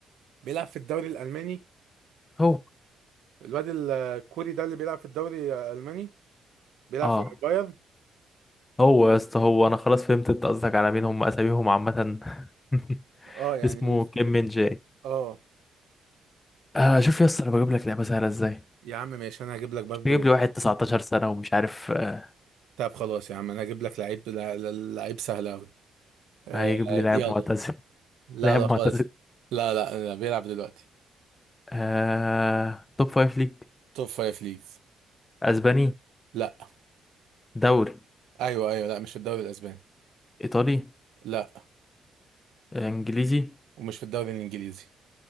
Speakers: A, on the right; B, on the left.
A: بيلعب في الدوري الالماني
B: هو
A: الواد الكوري ده اللي بيلعب في الدوري الالماني بيلعب
B: اه
A: في بايرن
B: هو يا اسطى هو انا خلاص فهمت انت قصدك على مين هم اساميهم عامه <laughs>
A: اه يعني
B: اسمه
A: اسمه-
B: كيم من جاي
A: اه
B: آه شوف يا اسطى انا بجيب لك لعبه سهله ازاي
A: يا عم ماشي انا هجيب لك برضو
B: مش بجيب لي واحد 19 سنه ومش عارف آه
A: طب خلاص يا عم انا هجيب لك لعيب لا- لا- لعيب سهل قوي آه
B: هيجيب لي لاعب
A: يلا
B: معتزل <laughs>
A: لا
B: لاعب
A: لا خالص
B: معتزل
A: لا لا لا بيلعب دلوقتي
B: آه... توب فايف ليج
A: توب فايف ليجز
B: اسباني
A: لا
B: دوري
A: ايوه ايوه لا مش في الدوري الاسباني
B: ايطالي
A: لا
B: آه، انجليزي
A: ومش في الدوري الانجليزي